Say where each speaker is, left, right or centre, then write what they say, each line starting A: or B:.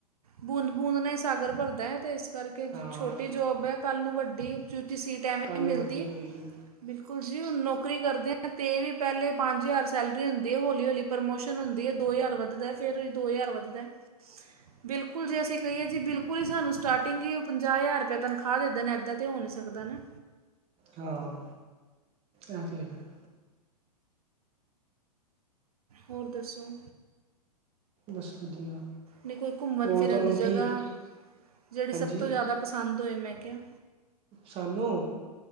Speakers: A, on the right (about 60°); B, on the right (about 30°).
A: ਬੂੰਦ -ਬੂੰਦ ਨਾਲ ਹੀ ਸਾਗਰ ਭਰਦਾ ਐ ਤੇ ਇਸ ਕਰਕੇ ਜੋ
B: ਹਾਂ
A: ਛੋਟੀ ਜੋਬ ਐ ਕੱਲ ਨੂੰ ਵੱਡੀ ਉਚੀ- ਉੱਚੀ ਸੀਟ ਤੇ ਐਵੇਂ
B: ਕੱਲ
A: ਮਿਲ਼ਦੀ
B: ਨੂੰ ਵੱਡੀ
A: ਐ।
B: ਹੋਏਗੀ
A: ਬਿਲਕੁਲ ਜੀ ਹੁਣ ਨੌਕਰੀ ਕਰਦੇ ਐ ਤੇ ਵੀ ਪਹਿਲੇ ਪੰਜ ਹਜ਼ਾਰ ਸੈਲਰੀ ਹੁੰਦੀ ਆ‌ ਹੌਲੀ- ਹੌਲੀ ਪ੍ਰਮੋਸ਼ਨ ਹੁੰਦੀ ਆ, ਦੋ ਹਜ਼ਾਰ ਵੱਧਦਾ ਫਿਰ ਦੋ ਹਜ਼ਾਰ ਵੱਧਦਾ।
B: <inaudible>
A: ਬਿਲਕੁਲ ਜੇ ਅਸੀਂ ਕਹੀਏ ਜੀ ਬਿਲਕੁਲ ਹੀ ਸਾਨੂੰ ਸਟਾਰਟਿੰਗ ਹੀ ਉਹ ਪੰਜਾਹ ਹਜ਼ਾਰ ਰੁਪਏ ਤਨਖਾਹ ਦੇਦੇ ਨੇ ਏਦਾਂ ਤਾਂ ਹੋ ਨੀਂ ਸਕਦਾਂ ਨਾ
B: ਹਾਂ, ਐਹ ਤੇ ਹੈਂ ਈ।
A: ਹੋਰ ਦੱਸੋ।
B: ਬਸ ਵਧੀਆ
A: ਨਹੀਂ ਕੋਈ ਘੁੰਮਣ-
B: ਹੋਰ
A: ਫਿਰਨ
B: ਤੁਹਾਨੂੰ
A: ਦੀ ਜਗਾਂ
B: ਕੀ
A: ਜਿਹੜੀ
B: ਹਾਂਜੀ
A: ਸਭ ਤੋਂ ਜ਼ਿਆਦਾ ਪਸੰਦ ਹੋਏ, ਮੈਂ ਕਿਆ
B: ਸਾਨੂੰ,